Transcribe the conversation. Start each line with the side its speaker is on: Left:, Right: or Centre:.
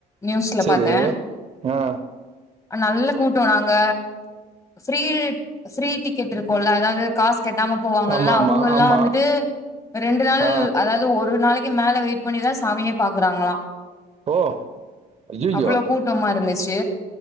Left: நியூஸ்ல
Right: செரி
Left: பாத்தே
Right: ஆ
Left: நல்ல கூட்டோ நாங்க ஃப்ரீ ஃப்ரீ டிக்கெட் இருக்குல்ல அதாவது காஸ் கெட்டாம போவாங்கல்ல
Right: ஆமா ஆமா
Left: அவுங்கல்லா
Right: ஆமா
Left: வந்துட்டு ரெண்டு நாள்
Right: ஆ
Left: அதாது ஒரு நாளைக் கு மேல வெயிட் பண்ணிதா சாமியே பாக்குறாங்களா
Right: ஓ ஐயையோ
Left: அவ்வளோ கூட்டமா இருந்துச் சு